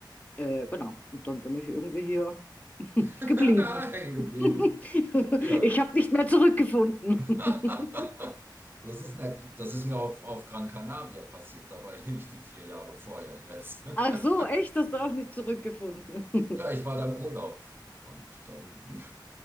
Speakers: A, on the left; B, on the right.
A: äh, genau. Und dann bin ich irgendwie hier <laughs>
B: <laughs>
A: geblieben.
B: Hängen geblieben.
A: <laughs>
B: Ja.
A: Ich habe nicht mehr zurückgefunden. <laughs>
B: <laughs> Das ist nett. Das ist mir auf, auf Gran Canaria passiert. Da war ich nämlich die vier Jahre vorher jetzt.
A: Ach so,
B: <laughs>
A: echt? Hast du auch nicht zurückgefunden? <laughs>
B: Ja, ich war da im Urlaub. Und dann